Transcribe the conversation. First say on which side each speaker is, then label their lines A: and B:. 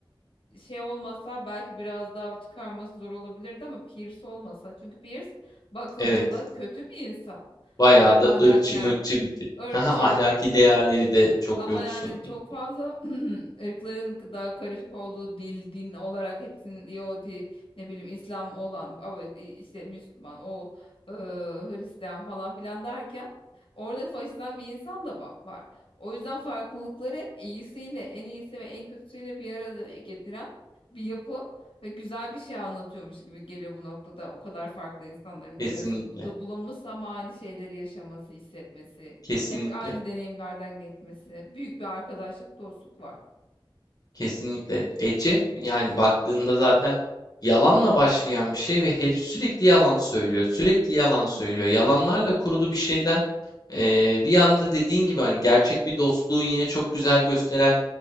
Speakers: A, on the left; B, on the left.
A: Ee, şey olmasa belki biraz daha çıkarması zor olabilirdi ama Pierce olmasa çünkü Pierce bakıldığında
B: Evet.
A: kötü bir insan.
B: Bayağı
A: A-
B: da
A: Ahlaken,
B: ırkçı mırkçı bir tip.
A: ırkçı
B: <laughs> Haha, Ahlaki değerleri de çok
A: ama
B: yoksun.
A: yani çok
B: <laughs>
A: fazla <clears throat> ırkların daha karışık olduğu dil, din olarak hepsinin Yahudi, ne bileyim İslam olan, ama evet i- işte Müslüman, o e, Hristiyan falan filan derken orada faşistan bir insan da va- var. O yüzden farklılıkları iyisiyle, en iyisi ve en kötüsüyle bir arada getiren bir yapı ve güzel bir şey anlatıyormuş gibi geliyor bu noktada. O kadar farklı insanların
B: Kesinlikle.
A: bir arası bu da bulunması ama aynı şeyleri yaşaması, hissetmesi.
B: Kesinlikle.
A: Hep aynı
B: Kesinlikle.
A: deneyimlerden geçmesi. Büyük bir arkadaşlık, dostluk var.
B: Kesinlikle. E Jeff yani baktığında zaten yalanla başlayan bir şey ve herif sürekli yalan söylüyor. Sürekli yalan
A: Hı
B: söylüyor.
A: hı.
B: Yalanlarla kurulu bir şeyden e, bir yanda dediğin gibi hani gerçek bir dostluğu yine çok güzel gösteren,